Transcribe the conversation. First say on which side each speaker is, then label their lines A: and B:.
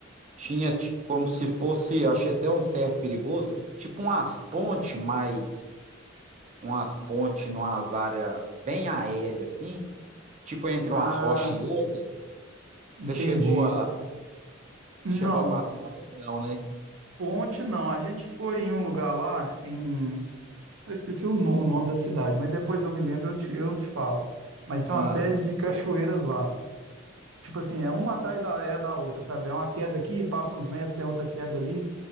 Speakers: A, on the right; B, on the right.
A: tinha ti- como se fosse, eu achei até um certo perigoso, tipo umas pontes, mas umas pontes numas áreas bem aéreas, assim, tipo entre
B: Ah,
A: uma rocha e outra.
B: entendi.
A: Você chegou a,
B: Não,
A: chegou a passar em algum grão, né?
B: ponte não. A gente foi em um lugar lá em. Eu esqueci o, no- o nome da cidade, mas depois eu me lembro, eu te, eu te falo. Mas tem
A: Ah,
B: uma série de cachoeiras lá. Tipo assim, é uma atrás da, é da outra, sabe? É uma queda aqui, passa uns metros, tem outra queda ali.